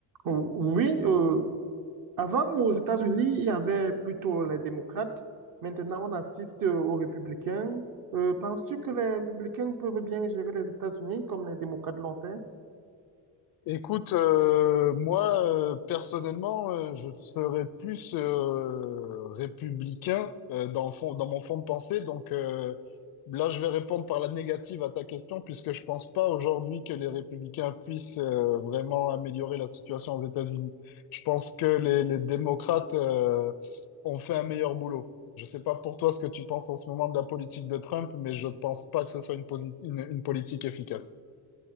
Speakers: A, on the right (about 50°); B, on the left (about 55°).
A: Ou- Oui, euh, avant aux États-Unis, il y avait plutôt les démocrates. Maintenant, on assiste euh, aux républicains. Euh, penses-tu que les républicains peuvent bien gérer les États-Unis comme les démocrates l'ont fait?
B: Écoute, euh, moi, euh, personnellement, euh, je serais plus euh, républicain euh, dans le fond, dans mon fond de pensée. Donc euh, là, je vais répondre par la négative à ta question, puisque je pense pas aujourd'hui que les républicains puissent euh, vraiment améliorer la situation aux États-Unis. Je pense que les, les démocrates euh, ont fait un meilleur boulot. Je sais pas pour toi ce que tu penses en ce moment de la politique de Trump, mais je pense pas que ce soit une, posi- une une politique efficace.